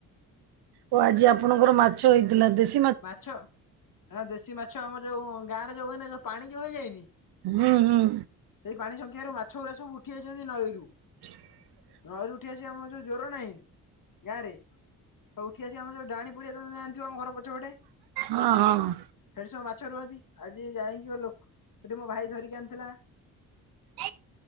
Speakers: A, on the right (about 75°); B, on the left (about 55°).
A: ଓ ଆଜି ଆପଣଙ୍କର ମାଛ ହେଇଥିଲା ଦେଶି
B: ମାଛ ନା ଦେଶୀ ମାଛ ଆମର ଯୋଉ ଗାଁ ରେ ଯୋଉ ହୁଏ ନା ଯୋଉ ପାଣି ହେଇ ଯୋଉ ହେଇଯାଇନି
A: ହୁଁ ହୁଁ।
B: ସେଇ ପାଣି ସଂଖ୍ୟରୁ ମାଛ ଗୁଡା ସବୁ ଉଠି ଯାଇଛନ୍ତି ନଈରୁ
A: <inaudible>
B: ନଈରୁ ଉଠି ଆସିିବ ଆମର ସବୁ ଯୋଉ ଜ୍ଵର ନାହିଁ ଗାଁରେ ସବୁ ଉଠି ଆସି ଯୋଉ ଡାହାଣୀ ପଡ଼ିଆ ଯୋଉ ଆମ ଘର ପଛପଟେ
A: ହଁ ହଁ।
B: ସେଠି ସବୁ ମାଛ ରୁହନ୍ତି। ଆଜି ଯାଇକି ଗୋଟେ ଲୋକ ସେଠି ମୋ ଭାଇ ଧରିକି ଆଣିଥିଲା।
A: <unintelligible>